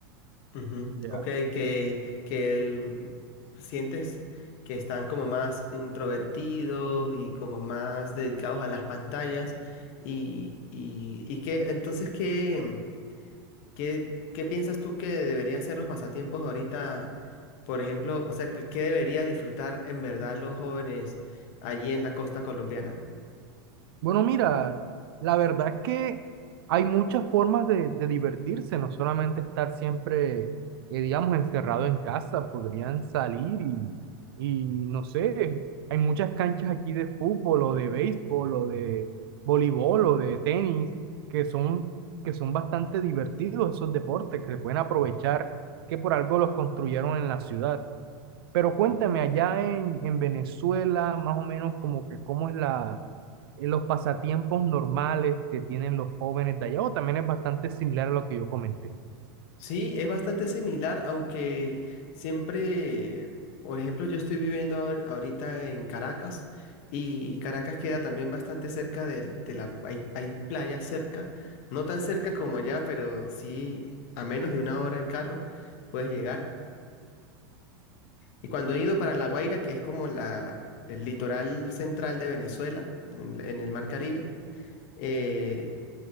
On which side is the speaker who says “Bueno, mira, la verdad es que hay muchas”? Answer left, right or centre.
Right